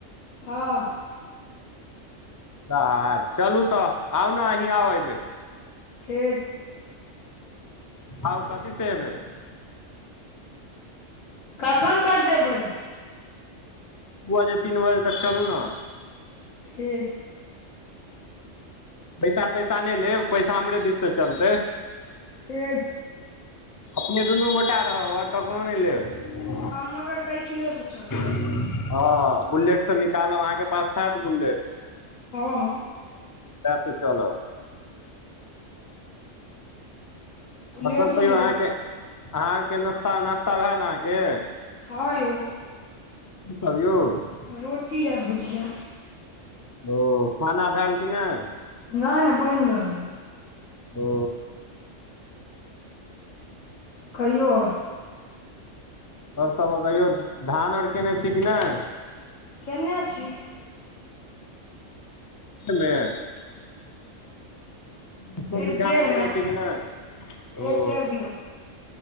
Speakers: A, on the left (about 85°); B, on the left (about 25°).
A: हँ।
B: ह चलू तऽ, आउ ने अहीं आउ एबेर।
A: ठीक।
B: आउ कथी से एबै?
A: कखन तक जेबै?
B: दू बजे, तीन बजे तक चलू ने।
A: ठीक।
B: पैसा -तैसा नहि लेब, पैसा हमरे दिससँ चलतै।
A: ठीक छै।
B: अपने दुनू गोटा रहब आओर ककरो नहि लेब,
A: हा मोटर साइकिलेसँ चलऽ,
B: हँ बुलेट त निकालब अहाँके पास तऽ बुलेट,
A: हँ हँ
B: त तऽ चलब,
A: बुलेट
B: सब कहियौ
A: या नहि
B: अहाँके
A: तऽ
B: अहाँ के नास्ता नास्ता भेल अहाँके?
A: ह यौ,
B: क कह यौ <unintelligible>
A: रोटी ओ भुजिआ।
B: ओ खाना भेल कि नहि?
A: नहि नहि बनि रहलै,
B: ओ
A: कहियो आओर?
B: आओर सब कहियो धान आर केने छी कि नहि?
A: केने छी,
B: मे <unintelligible> एको
A: एक
B: बीघा
A: डेढ़
B: में केने
A: मे
B: छै कि नहि ओ?
A: एक डेढ़ बीघा